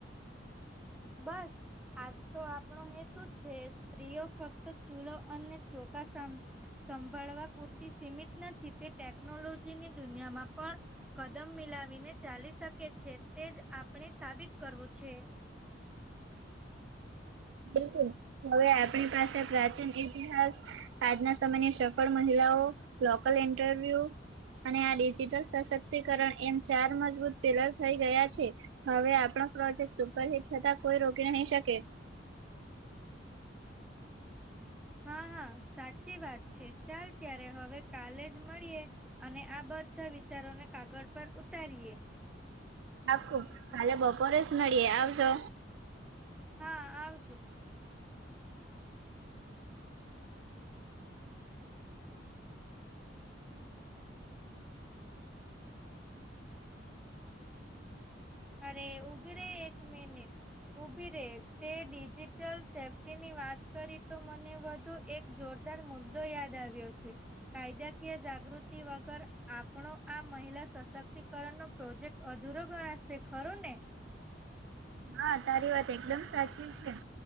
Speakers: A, in the centre; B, on the right.
A: બસ. આજ તો આપણો હેતુ છે સ્ત્રીઓ ફક્ત ચૂલો અને ચોકા સા સંભળવા પૂરતી સીમિત નથી તે ટેકનોલોજીની દુનિયામાં પણ. કદમ મિલાવીને ચાલી શકે છે તે જ આપણે સાબિત કરવું છે.
B: બિલકુલ હવે આપણી પાસે પ્રાચીન ઇતિહાસ આજના સમયની સફળ મહિલાઓ લોકલ ઇન્ટરવ્યુ અને આ ડિજિટલ સશક્તિકરણ એમ ચાર મજબૂત પેલર થઈ ગયા છે. હવે આપણો પ્રોજેક્ટ સુપરહિટ થતાં કોઈ રોકી નહી શકે
A: હા હા સાચી વાત છે ચાલ ત્યારે હવે કાલે જ મળીએ અને આ બધા વિચારોને કાગળ પર ઉતારીએ
B: રાખું હાલે બપોરેસ મળએ આવજો
A: હા આવ અરે ઉભી ર એક મિનિટ ઉભી રે તે ડિજિટલ સેફ્ટીની વાત કરી તો મને તો એક જોરદાર મુદ્દો યાદ આવ્યો છે. કાયદાકીય જાગૃતિ વગર આપણો આ મહિલા સશક્તિકરણનો પ્રોજેક્ટ અધૂરો ગણશે ખર ને
B: હા તારી વાત એકદમ સાચી છે.